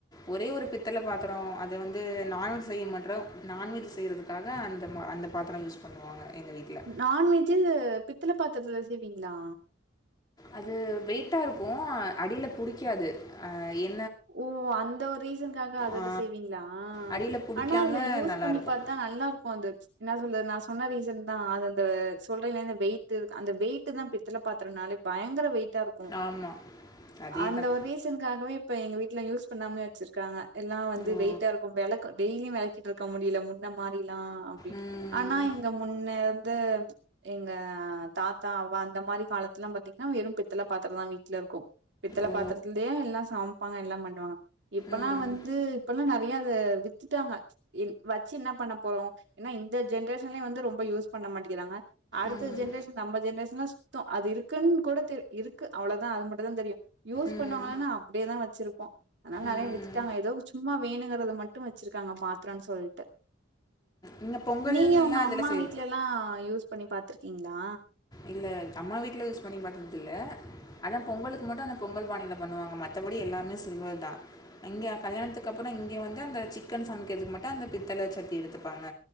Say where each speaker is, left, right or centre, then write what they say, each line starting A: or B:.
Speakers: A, on the left; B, on the right.
A: ஒரே ஒரு பித்தள பாத்ரோ அத வந்து நான் நான்வெஜ் செய்ய மாட்ரோ நான்வெஜ் செய்றதுக்காக அந்த மா அந்த பாத்ரோ யூஸ் பண்ணுவாங்க எங்க வீட்ல
B: நான்வெஜூ பித்தள பாத்துரத்துல செய்வீங்ளா
A: அது வெயிட்டாருக்கோ அடில புடிக்காது அ என்
B: ஓ அந்த ஒரு ரீசனுக்காக அதுல
A: ஆ
B: செய்வீங்ளா
A: அடியில புடிக்காம
B: ஆனா அதுல யூஸ்
A: நல்லாருக்கும்
B: பண்ணி பாத் ன நல்லாருக்கோ அது என்ன சொல்றது நா சொன்ன ரீசன் தா அது அந்த சொல்றேல அந்த வெயிட் டு அந்த வெயிட்டு தா பித்தள பாத்துரோனாலே பயங்கர வெயிட் டாருக்கோ
A: ஆமா. அதேதான்.
B: அந்த ஒரு ரீசனுக்காகவே இப்ப எங்க வீட் ல யூஸ் பண்ணாம்லே வெச்சிருக்காங்க எல்லா வந்து
A: ஓ!
B: வெயிட்டாருக்கோ வெளக்க டெய்லியு வெளக்கிட்டுருக்க முடில முன்ன மாரி லா அப்டின்ட்டு
A: ம்.
B: ஆனா இங்க முன்ன து எங்க தாத்தா அவ்வா அந்த மாரி காலத்துலா பாத்தீங்கன்னா வெறு பித்தள பாத்துரோதா வீட்டுலருக்கோ பித்தள
A: ஓ!
B: பாத்திரத்துலயே எல்லா சமப்பாங்க எல்லா பண்ணுவாங்க இப்பல்லா
A: ம்.
B: வந்து இப்பல்லா நெற் றைய அது வித்துட்டாங்க எ வெச்சி என்ன பண்ண போறோ ஏன்னா இந்த ஜென்ரேஷன்ல வந்து ரொம்ப யூஸ் பண்ண பண்ண மாட்டேகிறாங்க அடுத்த
A: ம்.
B: ஜென்ரேஷன் நம்ப ஜென்ரேஷன்லா சுத்தோ அது இருக்குன் கூட தெ இருக்கு அவ்ளோதா அது மட்டுந்தா தெரியோ யூஸ்
A: ம்.
B: பண்ணுவாங்களானா அப்டியேதா வெச் சிருப்போ அனால நெறைய
A: ம்.
B: வித்துட்டாங்க ஏதோ சும்மா வேணுங்கறத மட்டு வெச்சிருக்காங்க பாத்ரோன்னு சொல்ட்டு
A: இங்கே பொங்கல்லாம்
B: நீங்க ஒங்க
A: இதில்
B: அம்மா
A: செய்
B: வீட்லலா யூஸ் பண்ணி பாத்துருக்கீங்ளா
A: இல்ல அம்மா வீட்ல யூஸ் பண்ணி பாத்ததில்ல அதா பொங்கலுக்கு மட்டு அந்த பொங்கல் பானையில பண்ணுவாங்க மத்தபடி எல்லாமே சில்வர்தா இங்க கல்யாணத்துக்கு அப்றோ இங்க வந்து அந்த சிக்கன் சமைக்கறதுக்கு மட்டு அந்த பித்தள எடுத்துப்பாங்க